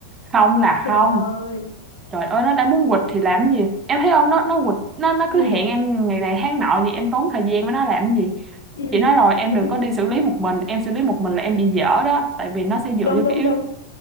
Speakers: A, on the right; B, on the left.
A: không là
B: trời
A: không
B: ơi
A: Trời ơi nó đã muốn quỵt thì làm gì Em thấy không nó nó quỵt nó nó cứ
B: ừ
A: hẹn em ngày này tháng nọ gì em tốn thời gian với nó làm gì
B: ừ
A: Chị nói rồi em
B: đúng
A: đừng
B: rồi
A: có đi xử lý một mình Em xử lý một mình là em bị dở đó Tại vì nó sẽ dựa
B: đúng
A: vô
B: đúng
A: cái yếu
B: đúng